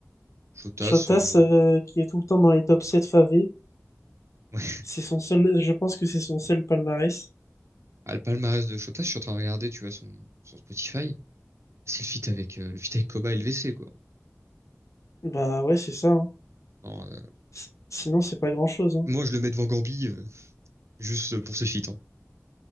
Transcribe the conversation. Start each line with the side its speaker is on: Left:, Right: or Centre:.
Right: Chotas,
Left: Chotas,
Right: euh,
Left: euh, qui est tout le temps dans les top 7 favés,
Right: <laughs> ouais.
Left: c'est son seul, je pense que c'est son seul palmarès.
Right: Ah, le palmarès de Chotas, je suis en train de regarder, tu vois, son, son Spotify. C'est le feat avec, euh, le feat avec Koba et le LVC, quoi.
Left: Bah ouais, c'est ça. hein.
Right: Alors, euh,
Left: S- Sinon, c'est pas grand-chose. hein.
Right: moi, je le mets devant Gambi, euh, juste pour ses feats, hein.